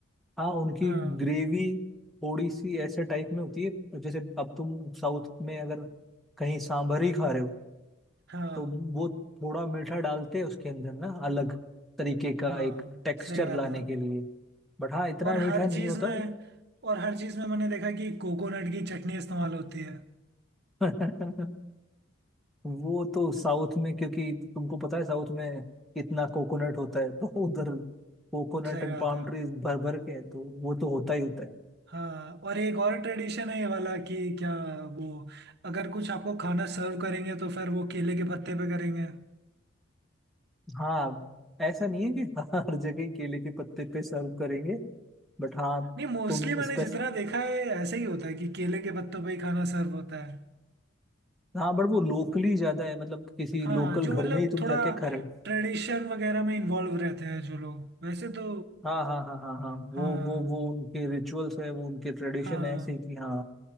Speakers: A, in the centre; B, on the right (about 50°).
A: हाँ उनकी
B: हाँ
A: ग्रेवी थोड़ी सी ऐसे टाइप में होती है जैसे अब तुम साउथ में अगर कहीं सांभर ही खा रहे हो
B: हाँ
A: तो वो थोड़ा मीठा डालते हैं उसके अंदर ना अलग तरीके
B: हाँ
A: का एक टेक्सचर
B: सही बात
A: लाने
B: है
A: के लिए बट हाँ इतना
B: और
A: मीठा
B: हर
A: नहीं
B: चीज
A: होता
B: में और हर चीज में मैंने देखा कि कोकोनट की चटनी इस्तेमाल होती है
A: <laughs> वो तो साउथ में क्योंकि तुमको पता है साउथ में कितना कोकोनट होता है तो उधर कोकोनट
B: सही
A: एंड
B: बात
A: पाम
B: है
A: ट्रीज भर भर के हैं, तो वो तो होता ही होता है
B: हाँ और एक और ट्रेडिशन है ये वाला कि क्या वो अगर कुछ आपको खाना सर्व करेंगे तो फिर वो केले के पत्ते पे करेंगे
A: हाँ ऐसा नहीं है कि <laughs> हर जगह ही केले के पत्ते पे सर्व करेंगे बट हाँ
B: नहीं मोस्टली
A: तुम
B: मैंने
A: स्पेस
B: जितना देखा है ऐसे ही होता है कि केले के पत्तों पे ही खाना सर्व होता है
A: हाँ बट वो लोकली ज्यादा है मतलब किसी
B: हाँ
A: लोकल
B: जो
A: घर
B: मतलब
A: में ही तुम
B: थोड़ा
A: जाके खा रहे हो
B: ट्रेडिशन वगैरह में इन्वॉल्व रहते हैं जो लोग वैसे तो
A: हाँ हाँ हाँ हाँ हाँ
B: हाँ
A: वो वो वो उनके रिचुअल्स है वो उनके ट्रेडिशन
B: हाँ
A: है ऐसे कि हाँ